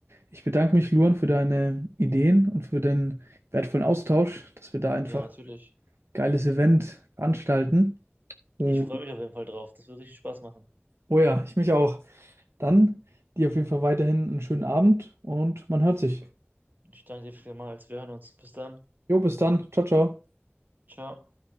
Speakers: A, on the right; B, on the right.
A: ich bedanke mich, Luan, für deine Ideen und für den wertvollen Austausch, dass wir da einfach
B: Ja, natürlich.
A: geiles Event veranstalten. Und,
B: Ich freue mich auf jeden Fall drauf. Das wird richtig Spaß machen.
A: oh ja, ich mich auch. Dann dir auf jeden Fall weiterhin einen schönen Abend und man hört sich.
B: Ich danke dir vielmals. Wir hören uns. Bis dann.
A: Jo, bis dann. Ciao, ciao.
B: Ciao.